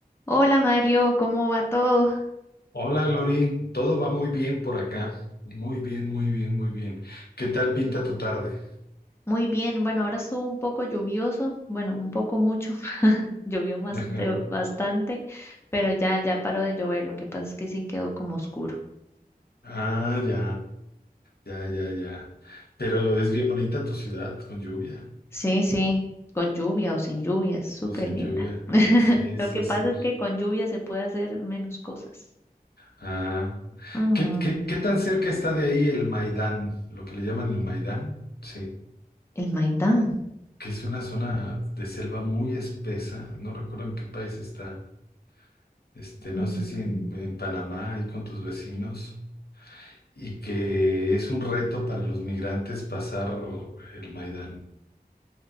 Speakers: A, on the left; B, on the left.
A: Hola Mario, ¿cómo va todo?
B: Hola, Glory. Todo va muy bien por acá. Muy bien, muy bien, muy bien. ¿Qué tal pinta tu tarde?
A: Muy bien, bueno, ahora estuvo un poco lluvioso, bueno, un poco mucho, <laughs> llovió más
B: <laughs> Ajá.
A: de bastante, pero ya ya paró de llover, lo que pasa es que sí quedó como oscuro.
B: Ah, ya, ya, ya, ya. Pero es bien bonita tu ciudad con lluvia
A: Sí, sí, con lluvia o sin lluvia, es súper
B: o sin
A: linda.
B: lluvia.
A: <laughs>
B: Sí,
A: Lo
B: sí,
A: que pasa
B: sí.
A: es que con lluvia se puede hacer menos cosas.
B: Ah,
A: Ujú.
B: ¿qué, qué, qué tan cerca está de ahí el Maidán? Lo que le llaman el Maidán. Sí,
A: El Maidán,
B: que es una zona de selva muy espesa. No recuerdo en qué país está. Este,
A: mm,
B: no sé si en, en Panamá, ahí con tus vecinos. y que es un reto para los migrantes pasar el Maidán.